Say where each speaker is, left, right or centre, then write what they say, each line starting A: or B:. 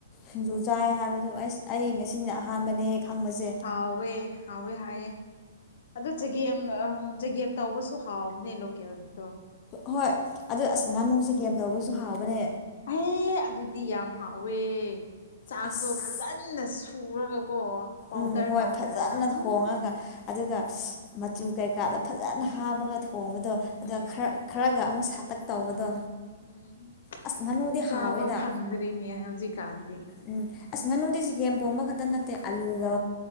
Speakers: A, on the left; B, on the left.
A: ꯁꯤꯡꯖꯨ ꯆꯥꯏ ꯍꯥꯏꯕꯗꯣ ꯑꯁ ꯑꯩ ꯉꯁꯤꯅ ꯑꯍꯥꯟꯕꯅꯦ ꯈꯪꯕꯁꯦ
B: ꯍꯋꯦ ꯍꯋꯦ ꯍꯥꯏꯑ ꯑꯗꯨ ꯆꯒꯦꯝ ꯆꯒꯦꯝ ꯇꯧꯕꯁꯨ ꯍꯥꯎꯕꯅꯦ ꯂꯣꯀꯦꯜꯒꯤꯗꯣ
A: ꯍꯣꯏ ꯑꯗꯨ ꯑꯁ ꯉꯥꯅꯨꯁꯦ ꯀꯦꯝ ꯇꯧꯕꯒꯤꯁꯨ ꯍꯥꯎꯕꯅꯦ
B: ꯑꯦ ꯑꯗꯨꯗꯤ ꯌꯥꯝ ꯍꯥꯎꯋꯦ ꯆꯥꯛꯇꯣ
A: ꯑꯁ
B: ꯐꯖ ꯐꯖꯅ ꯁꯨꯔꯒꯀꯣ ꯄꯥꯎꯗꯔ
A: ꯎꯝ ꯍꯣꯏ
B: ꯇꯧꯍꯜꯂꯒ
A: ꯐꯖꯅ
B: ꯎꯝ
A: ꯊꯣꯡꯉꯒ ꯑꯗꯨꯒ ꯃꯆꯨ ꯀꯩꯀꯥꯗꯣ ꯐꯖꯅ ꯍꯥꯞꯔꯒ ꯊꯣꯡꯕꯗꯣ
B: ꯑꯗꯨꯅꯦ
A: ꯑꯗꯨꯒ ꯈꯔ ꯈꯔꯒ ꯑꯃꯨꯛ ꯁꯥꯇꯛ ꯇꯧꯕꯗꯣ
B: ꯎꯝ
A: ꯑꯁ ꯉꯥꯅꯨꯗꯤ
B: ꯆꯥꯕ
A: ꯍꯥꯎꯋꯦꯗ
B: ꯐꯪꯗ꯭ꯔꯦꯅꯦ ꯍꯧꯖꯤꯛꯀꯥꯟꯗꯤ
A: ꯎꯝ ꯑꯁ ꯉꯥꯅꯨꯗꯤ ꯆꯤꯒꯦꯝ ꯄꯣꯝꯕ ꯈꯛꯇ ꯅꯠꯇꯦ ꯑꯂꯨꯒ